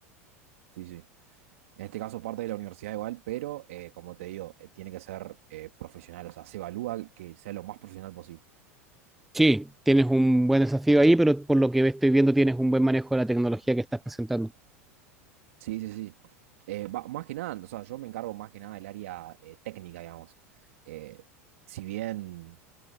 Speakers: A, on the right; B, in the centre.
A: sí, sí. En este caso parte de la universidad igual, pero eh, como te digo, eh, tiene que ser eh, profesional, o sea, se evalúa que sea lo más profesional posible.
B: Sí, tienes un buen desafío ahí, pero por lo que estoy viendo tienes un buen manejo de la tecnología que estás presentando.
A: Sí, sí, sí. Eh, va- más que nada, o sea, yo me encargo más que nada del área eh, técnica, digamos. Eh, si bien